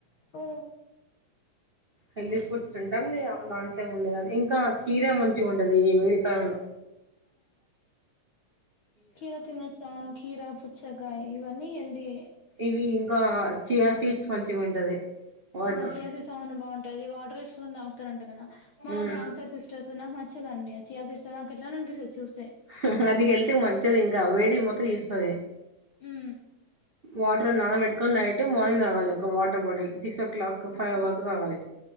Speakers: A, on the left (about 55°); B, on the right (about 35°).
A: ఓ
B: హెల్తీ ఫుడ్స్ తింటాం నీ లాంట్లో ఉండే కానీ ఇంకా కీరా మంచిగా ఉంటది ఈ వేడికాలంలో.
A: కీరా తినొచ్చాను కీరా పుచ్చకాయి ఇవన్నీ హెల్దీయే
B: ఇవి ఇంకా చియా సీడ్స్ మంచిగా ఉంటది వాటర్
A: ఆ చీయసీడ్స్ బాగుంటాది వాటర్ వేసుకొని తాగుతరంటా కదా. మావొళ్ళు
B: హ్మ్
A: తాగుతారు సిస్టర్సు నాకు నచ్చదండి ఆ చీయసీడ్సు నాకు ఎట్లానో అనిపిస్తుంది చూస్తే.
B: హా హా అది హెల్తుకి మంచిది ఇంకా వేడి మొత్తం తిస్తాది.
A: ఉ
B: వాటర్ నానా పెట్టుకొని నైటు మార్నింగ్ తాగాలి ఒక water bottle six o'clock
A: ఆహా
B: five వరకు తాగాలి.